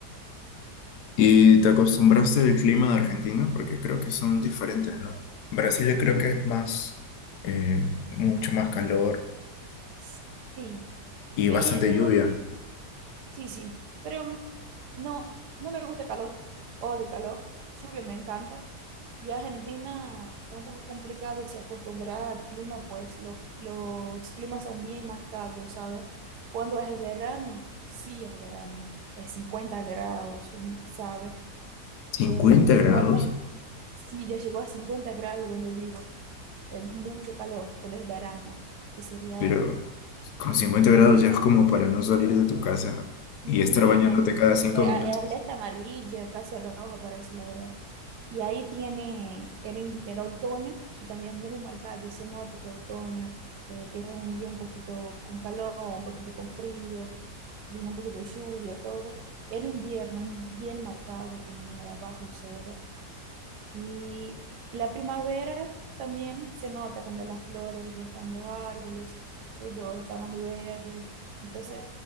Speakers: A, on the left (about 75°); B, on the right (about 75°).
A: ¿Y te acostumbraste al clima de Argentina? Porque creo que son diferentes, ¿no? Brasil creo que es más, eh, mucho más calor
B: Sí,
A: y
B: pero,
A: bastante lluvia.
B: sí, sí, pero mm, no, no me gusta el calor, odio el calor, lluvia me encanta, Y Argentina es un poco complicado de se acostumbrar al clima, pues lo- los climas son bien marcados, ¿sabes? Cuando es verano, sí es verano, es 50 grados, ¿sabes?
A: cincuenta
B: Eh, y
A: grados,
B: cuando es, sí, ya llegó a 50 grados donde vivo, es mucho calor, cuando es verano, que sería,
A: pero con cincuenta
B: mm,
A: grados ya es como para no salir de tu casa
B: y
A: y estar bañándote
B: al- eh,
A: cada cinco
B: eh,
A: minutos.
B: alerta amarilla, casi roja, parece la verdad. Y ahí tiene, era, in- era otoño, que también muy marcado, se nota que es otoño, eh, tiene un día un poquito con calor, un poquito con frío, viene un poquito de lluvia, todo. El invierno es bien marcado también, era bajo cero. Y la primavera también se nota cuando las flores están en los árboles, todo está más verde, entonces